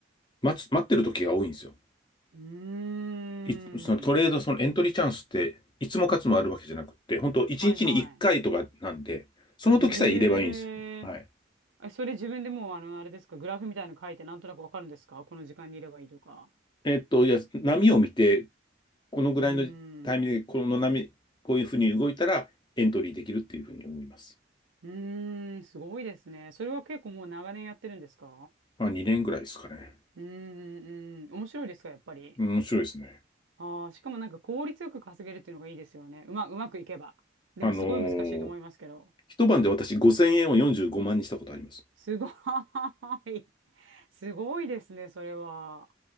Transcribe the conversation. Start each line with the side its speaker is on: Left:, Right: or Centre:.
Left: 待つ、待ってる時が多いんですよ。
Right: ーん。
Left: い、そのトレード、そのエントリーチャンスって、いつも勝つもあるわけじゃなくって、本当1日に1回とかなんで、
Right: はいはい。
Left: その時さえいればいいんですよ。
Right: へえ。
Left: はい。
Right: え、それ自分でもうあの、あれですか、グラフみたいなの書いてなんとなくわかるんですかこの時間にいればいいとか。
Left: えっと、いや、波を見て、このぐらいのタイミングで、
Right: うーん。
Left: この波、こういうふうに動いたら、エントリーできるっていうふうに思います。
Right: うーん、すごいですね。それは結構もう長年やってるんですか
Left: まあ、2年ぐらいですかね。
Right: うーん、うん、面白いですか、やっぱり。
Left: うん面白いですね。
Right: ああ、しかもなんか効率よく稼げるっていうのがいいですよね。うま、うまくいけば。でもすごい難しいと思いますけど。
Left: あのー一晩で私5000円を45万にしたことあります。
Right: すごい。<laughs> すごいですね、それは。